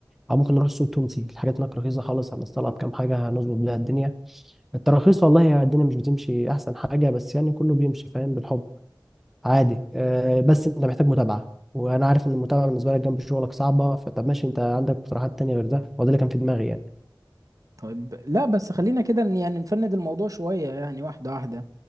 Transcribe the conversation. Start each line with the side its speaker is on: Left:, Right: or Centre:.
Centre: او ممكن نروح السوق التونسي الحاجات هناك رخيصه خالص هنستلط كام حاجه هنظبط بيها الدنيا التراخيص والله يا الدنيا مش بتمشي احسن حاجه بس يعني كله بيمشي فاهم بالحب عادي أه بس انت محتاج متابعه وانا عارف ان المتابعه بالنسبه لك جنب شغلك صعبه فطب ماشي انت عندك اقتراحات تانية غير ده هو ده اللي كان في دماغي يعني
Right: طيب لا بس خلينا كده ن- يعني نفند الموضوع شوية يعني واحدة واحدة